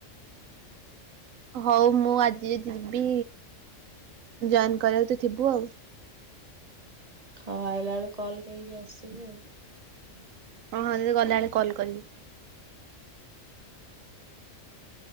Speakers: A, on the right; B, on the right.
A: ହଉ ମୁଁ ଆଜି ଯିବି ଜଏନ କରିବାକୁ ତ ଥିବୁ ଆଉ
B: ହୋଊ ଆଇଲା ବେଳକୁ କଲ୍ କରିକି ଆସିବୁ ଆଉ <inaudible>
A: ହଁ ହଁ ଯଦି ଗଲାବେଳେ କଲ୍ କରିବି